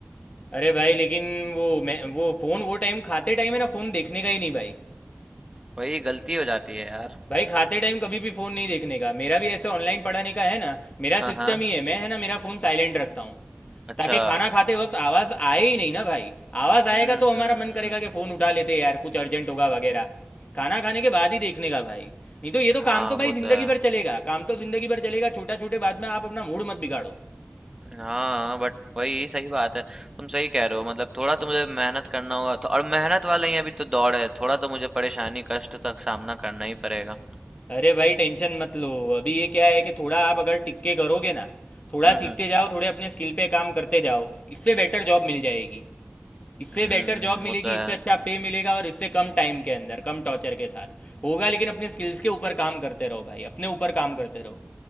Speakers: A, on the left; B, on the right.
A: अरे भाई लेकिन वो मैं वो फ़ोन वो टाइम खाते टाइम है ना फ़ोन देखने का ही नहीं भाई
B: वही गलती हो जाती है यार
A: भाई खाते टाइम कभी भी फ़ोन नहीं देखने का मेरा भी ऐसे ऑनलाइन पढ़ाने का है ना मेरा
B: हाँ
A: सिस्टम
B: हाँ
A: ही है मैं है ना मेरा फ़ोन साइलेंट रखता हूँ
B: अच्छा
A: ताकि खाना खाते वक्त आवाज आए ही नहीं ना भाई आवाज
B: हम्म
A: आएगा तो हमारा
B: हम्म
A: मन
B: हम्म
A: करेगा कि फोन उठा लेते यार कुछ अर्जेंट होगा वगैरह खाना खाने के बाद ही देखने का भाई नहीं तो ये तो
B: हाँ
A: काम तो
B: वो
A: भाई
B: तो
A: जिंदगी
B: है
A: भर चलेगा काम तो जिंदगी भर चलेगा छोटा छोटे बाद में आप अपना मूड मत बिगाड़ो
B: हाँ बट वही सही बात है तुम सही कह रहे हो मतलब थोड़ा तो मुझे मेहनत करना होगा तो, और मेहनत वाला ही अभी तो दौड़ है थोड़ा तो मुझे परेशानी कष्ट तक सामना करना ही पड़ेगा
A: अरे भाई टेंशन मत लो अभी ये क्या है कि थोड़ा आप अगर टिक के करोगे ना थोड़ा
B: हम्म
A: सीखते
B: हम्म
A: जाओ थोड़े अपने स्किल पे काम करते जाओ इससे बेटर जॉब मिल जाएगी इससे
B: हम्म,
A: बेटर जॉब
B: वो
A: मिलेगी
B: तो है
A: इससे अच्छा पे मिलेगा और इससे कम टाइम के अंदर कम टॉर्चर के साथ होगा लेकिन अपने स्किल्स के ऊपर काम करते रहो भाई अपने ऊपर काम करते रहो